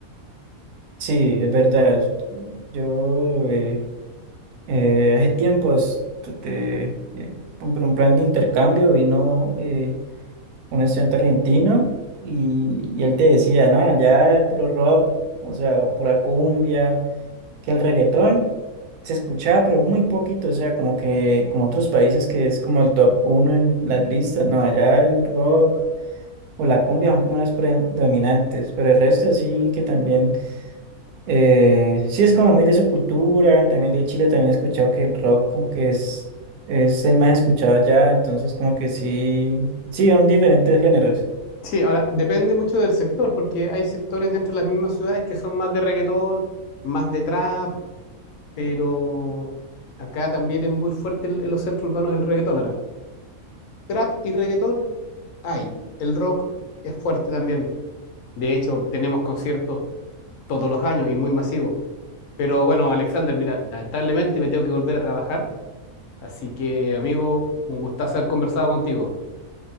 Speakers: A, on the right; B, on the left.
A: Sí, es verdad. Yo. eh, Eh, hace tiempo as- tu- te- eh, un un plan de intercambio vino eh, un estudiante argentino y, y él te decía, no, allá el puro rock, o sea, o pura cumbia, que el reggaetón se escuchaba, pero muy poquito, o sea, como que como otros países que es como el top uno en las listas, no, allá el rock o la cumbia son como las predominantes, pero el resto sí que también eh, sí, es como muy de su cultura, también de Chile, también he escuchado que el rock como que es, es el más escuchado allá, entonces como que sí, sí, son diferentes géneros.
B: Sí, ahora depende mucho del sector, porque hay sectores dentro de las mismas ciudades que son más de reggaetón, más de trap, pero acá también es muy fuerte en en los centros urbanos el reggaetón. Ahora, trap y reggaetón hay, el rock es fuerte también. De hecho, tenemos conciertos todos los años y muy masivos. Pero bueno, Alexander, mira, lamentablemente me tengo que volver a trabajar, así que amigo, un gustazo haber conversado contigo.